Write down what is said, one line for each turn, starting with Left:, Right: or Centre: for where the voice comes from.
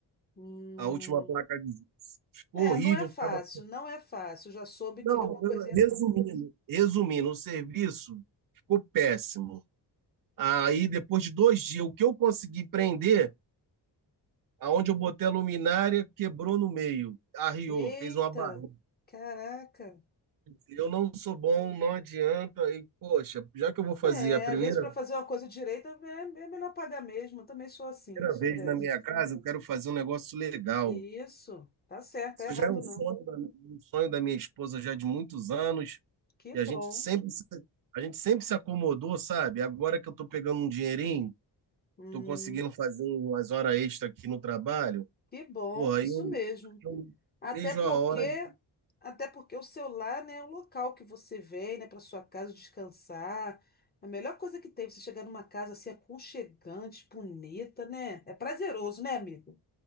Left: Hum.
Right: A última placa de ficou
Left: É,
Right: horrível,
Left: não é fácil,
Right: ficava.
Left: não é fácil. Já soube
Right: Não,
Left: que é uma coisinha
Right: eu- resumindo,
Left: trabalhosa.
Right: resumindo, o serviço ficou péssimo. Aí, depois de dois dias, o que eu consegui prender, aonde eu botei a luminária, quebrou no meio, arriou,
Left: Eita,
Right: fez uma barriga.
Left: caraca.
Right: Eu não sou bom, não adianta. E, poxa, já que eu vou fazer
Left: É,
Right: a primeira,
Left: às vezes para fazer uma coisa direita é, é melhor pagar mesmo. Eu também sou assim,
Right: primeira
Left: sou
Right: vez
Left: dessa.
Right: na minha casa, eu quero fazer um negócio legal.
Left: Isso, tá certo,
Right: Isso
Left: tá errado
Right: já é um
Left: não.
Right: sonho da, um sonho da minha esposa já de muitos anos,
Left: Que
Right: e a
Left: bom.
Right: gente sempre, se- a gente sempre se acomodou, sabe? Agora que eu tô pegando um dinheirinho,
Left: Hum,
Right: tô conseguindo fazer umas horas extra aqui no trabalho,
Left: que bom,
Right: Pô, aí
Left: isso
Right: eu,
Left: mesmo.
Right: eu
Left: Até
Right: vejo
Left: porque,
Right: a hora, de-
Left: até porque o seu lar, né, é o local que você vem, né, para sua casa descansar. A melhor coisa que tem, você chegar numa casa assim aconchegante, bonita, né? É prazeroso, né, amigo?